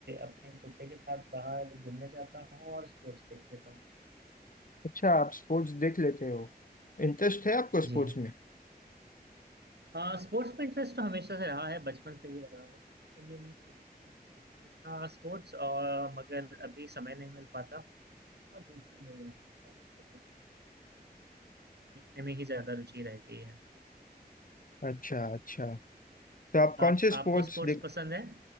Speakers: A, on the right; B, on the left.
A: अपने कुत्ते के साथ बाहर घूमने जाता हूँ और स्पोर्ट्स देख लेता हूँ
B: अच्छा आप स्पोर्ट्स देख लेते हो इंटरेस्ट है आपको स्पोर्ट्स
A: जी
B: में
A: आ, स्पोर्ट्स में इंटरेस्ट तो हमेशा से रहा है बचपन से ही रहा है बचपन में मैं खेलने का भी शौकीन था स्पोर्ट्स और मगर अभी समय नहीं मिल पाता और दोस्ती नहीं है इस कारण से देख- देखने में ही ज्यादा रुचि रह गई है
B: अच्छा अच्छा तो आप कौन
A: आप
B: से स्पोर्ट्स
A: आपको स्पोर्ट्स
B: देख
A: पसंद है